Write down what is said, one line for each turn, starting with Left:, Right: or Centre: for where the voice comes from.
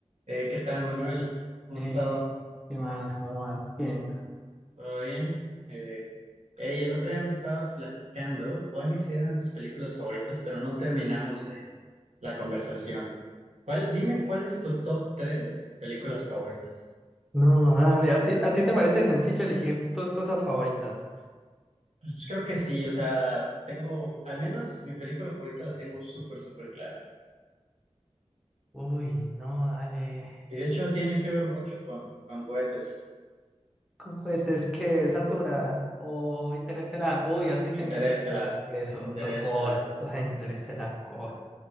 Right: Eh, ¿qué tal, Manuel? ¿Cómo
Centre: Eh,
Right: has estado?
Centre: ¿qué más? ¿Cómo más? Bien.
Right: ¿Todo bien? Eh, hey, el otro día me estabas platicando cuáles eran tus películas favoritas, pero no terminamos de la conversación. ¿Cuál, dime cuál es tu top tres películas favoritas?
Centre: No, dale. ¿A ti, a ti te parece sencillo elegir tus cosas favoritas?
Right: Pues creo que sí, o sea, tengo, al menos mi película favorita la tengo súper, súper clara.
Centre: Uy, no, dale.
Right: Y de hecho tiene que ver mucho con, con cohetes.
Centre: ¿Con cohetes qué? ¿Satura? ¿O Interestelar? Uy, ¿has visto
Right: Interestelar,
Centre: Interestelar? Eso,
Right: Interestelar.
Centre: to- God. O sea, Interestelar, God.